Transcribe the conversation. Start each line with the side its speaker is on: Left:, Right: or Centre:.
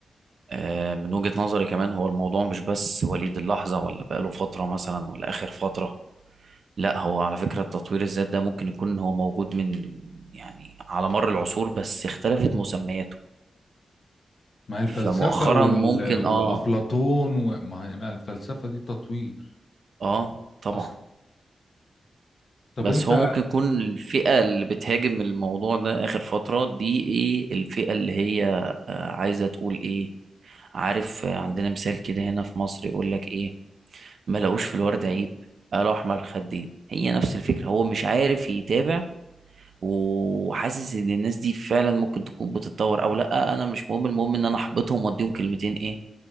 Right: آه، من وجهة نظري كمان هو الموضوع مش بس وليد اللحظة ولا بقاله فترة مثلا ولا آخر فترة لا هو على فكرة التطوير الذات ده ممكن يكون هو موجود من يعني على مر العصور بس اختلفت مسمياته
Left: ما هي الفلسفة
Right: فمؤخرا
Left: وال...
Right: ممكن
Left: وأفلاطون
Right: اه
Left: وما هي ما هي الفلسفة دي تطوير
Right: اه طبعا
Left: اصلا طب
Right: بس
Left: انت
Right: هو ممكن يكون الفئة اللي بتهاجم الموضوع ده آخر فترة دي ايه الفئة اللي هي آه، عايزة تقول ايه عارف آه، عندنا مثال كده هنا في مصر يقول لك ايه ما لقوش في الورد عيب قالوا احمر الخدين هي نفس الفكره هو مش عارف يتابع وحاسس ان الناس دي فعلا ممكن تكون بتتطور او لا انا مش مهم المهم ان انا احبطهم واديهم كلمتين ايه